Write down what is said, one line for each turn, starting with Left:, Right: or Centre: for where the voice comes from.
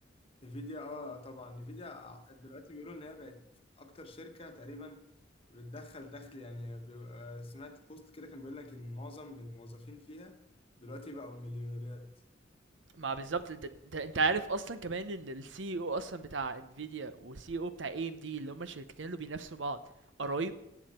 Left: نفيديا اه طبعا نفيديا آه، دلوقتي بيقولوا ان هي بقت اكتر شركه تقريبا بتدخل دخل يعني بي- آه، سمعت بوست كده كان بيقول لك ان معظم الموظفين فيها دلوقتي بقوا مليونيرات
Right: ما بالظبط انت انت انت عارف اصلا كمان ان السي او اصلا بتاع انفيديا والسي او بتاع اي ام دي اللي هما الشركتين اللي بينافسوا بعض قرايب